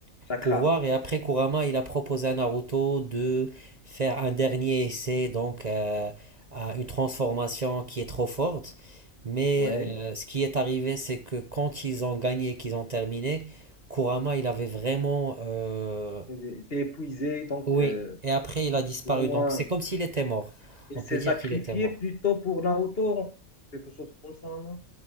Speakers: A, on the left; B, on the right.
A: Chakra.
B: pouvoir. Et après, Kurama, il a proposé à Naruto de faire un dernier essai, donc euh, à une transformation qui est trop forte. Mais
A: Oui.
B: euh, ce qui est arrivé, c'est que quand ils ont gagné qu'ils ont terminé, Kurama, il avait vraiment... euh,
A: Il était épuisé, donc...
B: Oui,
A: euh,
B: et après, il a disparu.
A: plus ou moins.
B: Donc, c'est comme s'il était mort.
A: il
B: On peut
A: s'est
B: dire
A: sacrifié
B: qu'il était mort.
A: plutôt pour Naoto, quelque chose comme ça, non?